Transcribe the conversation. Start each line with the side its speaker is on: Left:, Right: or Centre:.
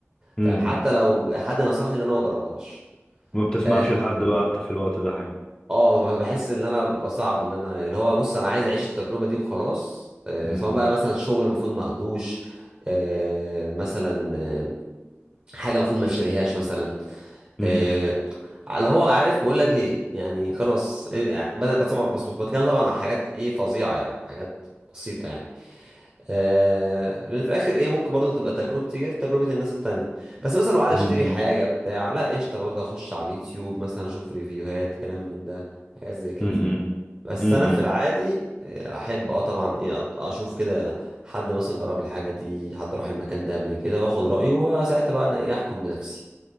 Left: امم
Right: فاهم حتى لو حد نصحني ان انا ما اجربهاش
Left: ما بتسمعش
Right: اه
Left: لحد بقى انت في الوقت ده حاجة
Right: آه، ب- بحس ان انا بصعب اللي انا اللي هو بص انا عايز اعيش التجربه دي وخلاص آه،
Left: مم.
Right: سواء بقى مثلا شغل المفروض ما اخدوش آه، مثلا آه، حاجه المفروض ما اشتريهاش مثلا
Left: مم.
Right: آه، اللي هو عارف بقول لك ايه يعني خلاص إيه يعني بس بس طبعا بس بس بتكلم طبعا عن حاجات ايه فظيعه يعني حاجات بسيطه يعني آه لان في الاخر ايه ممكن برضه تبقى تجربتي غير تجربه الناس التانية بس مثلا لو عايز
Left: مم.
Right: اشتري
Left: مم.
Right: حاجه بتاع لا قشطه برضه اخش على اليوتيوب مثلا اشوف ريفيوهات كلام من ده حاجات زي كده
Left: مم.
Right: بس
Left: مم.
Right: انا في العادي آه، احب اه طبعا ايه أط- اشوف كده حد مثلا جرب الحاجه دي حد راح المكان ده قبل كده واخد رايه وساعتها بقى انا ايه احكم بنفسي